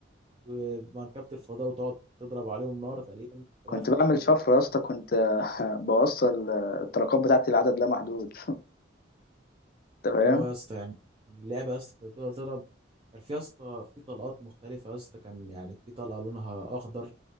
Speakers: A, on the right; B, on the left.
A: ومركبه الفضاء وتقعد تضرب عليهم نار تقريبا
B: كنت
A: الفراخ
B: بعمل شفرة يا اسطى كنت آه، <laughs> بوصل آه، الطلقات بتاعتي لعدد لا محدود انت فاهم
A: اه يا اسطى يعني اللعبه يا اسطى كانت بتفضل تضرب كان في يا اسطى في طلقات مختلفه يا اسطى كان يعني في طلقه لونها اخضر